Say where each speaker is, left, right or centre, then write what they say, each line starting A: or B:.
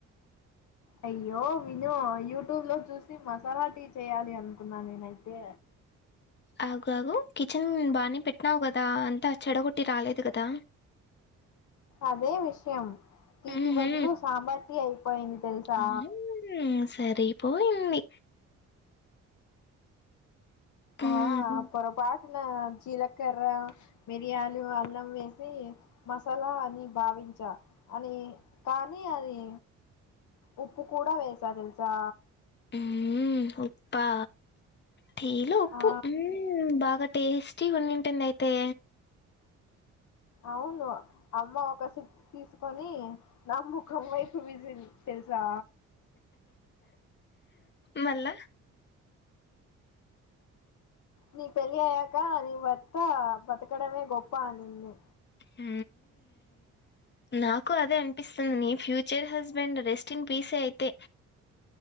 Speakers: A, on the left (about 70°); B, on the left (about 35°).
A: అయ్యో విను యూట్యూబ్ లో చూసి మసాలా టీ చేయాలి అనుకున్నా నేనైతే
B: అగు ఆగు కిచెన్ బానే పెట్నావ్ కదా అ అంత చెడగొట్టి రాలేదు కదా
A: అదే విషయం టీ
B: ఊహూ
A: కి బదులు సాంబార్ టీ అయిపోయింది తెలుసా
B: మ్మ్, సరిపోయింది మ్మ్,
A: ఆ పొరపాట్ జీలకర్ర మిరియాలు అల్లం వేసి మసాలా అని భావించా అని కానీ అది ఉప్పు కూడా వేసా తెలుసా
B: ఉమ్ ఉప్పా టీలో ఉప్పు
A: ఆ
B: ఉమ్ బాగా టేస్టీగా ఉన్నింటుంది అయి తె
A: అవును అమ్మ ఒక <unintelligible> తీసుకొని నా ముఖం వైపు విసిరింది తెలుసా
B: మళ్ళ
A: నీ పెళ్ళి అయ్యాక నీ భర్త బతకడమే గొప్ప అనింది.
B: ఊ నాకు అదే అనిపిస్తుంది నీ ఫ్యూచర్ హస్బెండ్ రెస్టిఇన్న్ పీసే అయితే